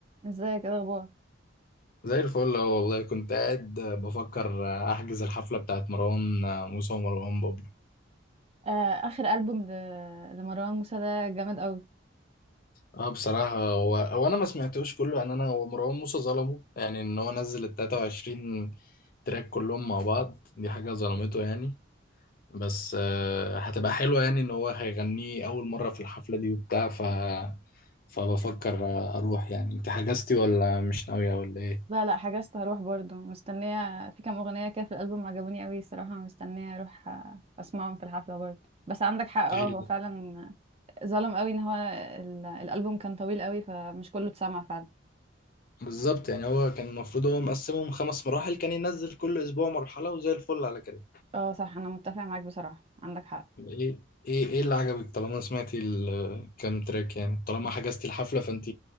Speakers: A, on the right; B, on the left.
A: ازيك ايه الاخبار
B: زي الفل أهو والله كنت قاعد بفكر احجز الحفله بتاعت مروان موسى ومروان بابلو
A: آه اخر البوم ل... لمروان موسى ده جامد قوي
B: اه بصراحه هو هو انا ما سمعتوش كله يعني انا هو مروان موسى ظلمه يعني ان هو نزل ال 23 تراك كلهم مع بعض دي حاجه ظلمته يعني بس آه، هتبقى حلوه يعني ان هو هيغنيه اول مره في الحفله دي وبتاع ف فبفكر اروح يعني انت حجزتي ولا مش ناويه ولا ايه؟
A: لا لا حجزت هروح برضو مستنيه في كام اغنيه كده في الالبوم عجبوني قوي صراحه مستنيه اروح آه، اسمعهم في الحفله برضو بس عندك حق اه
B: ايه
A: هو فعلا ظلم قوي ان هو ال... الالبوم كان طويل قوي فمش كله اتسمع فعلا
B: بالظبط يعني هو كان المفروض هو مقسمهم خمس مراحل كان ينزل كل اسبوع مرحلة وزي الفل على كده
A: اه صح انا متفق معاك بصراحه عندك حق
B: ايه ايه ايه اللي عجبك طالما سمعتي الكام تراك يعني طالما حجزتي الحفلة فانت